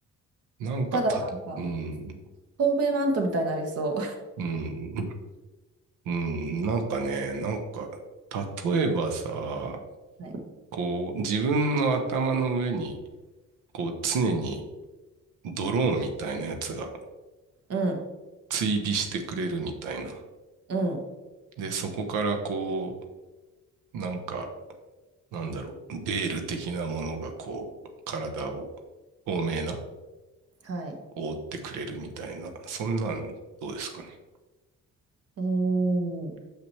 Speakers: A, on the right (about 85°); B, on the right (about 50°).
A: なんかた、
B: ただなんか、
A: うん、
B: 透明マントみたいになりそ
A: うん、うん、なんかね、なんか、例えばさ、
B: う。<laughs> はい。
A: こう、自分の頭の上に、こう、常にドローンみたいなやつが
B: うん、
A: 追尾してくれるみたいな。
B: うん、
A: で、そこからこう、なんか、なんだろう、ベール的なものがこう、体を、透明な、
B: はい。
A: 覆ってくれるみたいな、そんなんどうですかね。
B: うーん。